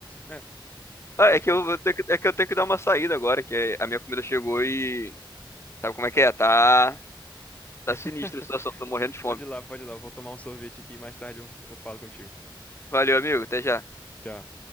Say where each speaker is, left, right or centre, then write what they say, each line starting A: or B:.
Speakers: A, on the left (about 15°); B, on the left (about 30°).
A: É,
B: ah,
A: pode
B: é que
A: falar.
B: eu vou ter que, é que eu tenho que dar uma saída agora, que é- a minha comida chegou e. Sabe como é que é? Tá. Tá
A: <laughs>
B: sinistra a situação, tô morrendo de
A: Pode
B: fome.
A: ir lá, pode ir lá. Eu vou tomar um sorvete aqui e mais tarde eu, eu falo contigo.
B: Valeu, amigo, até já.
A: Tchau.